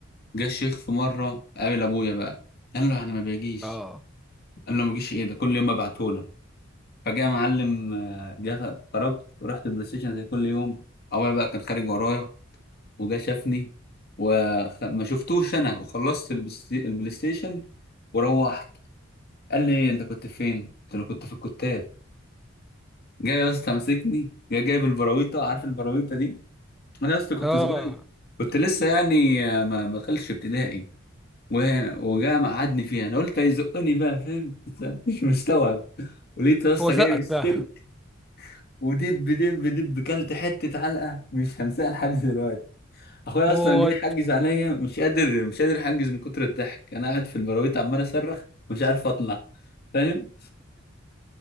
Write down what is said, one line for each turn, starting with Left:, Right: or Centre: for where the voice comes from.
Left: جه الشيخ في مره قابل ابويا بقى قال له انا ما بيجيش
Centre: اه
Left: قال له ما بيجيش ايه ده كل يوم ببعتهولك فجاء معلم آه، جه خرجت ورحت بلاي ستيشن زي كل يوم ابويا بقى كان خارج ورايا وجا شافني وما شفتوش انا وخلصت البس- البلاي ستيشن وروحت قال لي إيه، انت كنت فين قلت له كنت في الكتاب جاي يا اسطى مسكني جاي جايب البراويطه عارف البراويطه دي انا يا اسطى كنت
Centre: اه
Left: صغير كنت لسه يعني آه، ما ما دخلتش ابتدائي وهنا وجاء مقعدني فيها انا قلت هيزقني بقى فاهم بس أنا مش مستوعب ولقيت يا اسطى
Centre: هو زقك
Left: جايب السلك
Centre: بقى
Left: ودب دب دب كلت حته علقه مش هنساها لحد دلوقتي اخويا
Centre: ما
Left: اصلا
Centre: هو
Left: جاي يحجز عليا مش قادر مش قادر احجز من كتر الضحك انا قاعد في البراويت عمال اصرخ ومش عارف اطلع فاهم